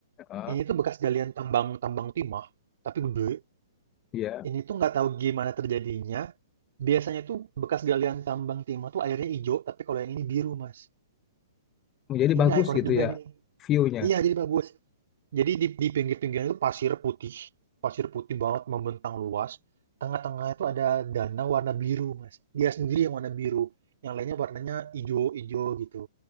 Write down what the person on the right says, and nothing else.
ini tuh bekas galian tambang tambang timah tapi gede
Ini tuh nggak tahu gimana terjadinya, biasanya tuh bekas galian tambang timah tuh airnya hijau, tapi kalau yang ini biru, Mas.
Ini
ikonik
juga
nih.
Iya, jadi bagus. Jadi di, di pinggir-pinggirnya itu pasir putih. Pasir putih banget membentang luas. tengah tengah itu ada danau warna biru, Mas. Dia sendiri yang warna biru. Yang lainnya warnanya hijau-hijau gitu.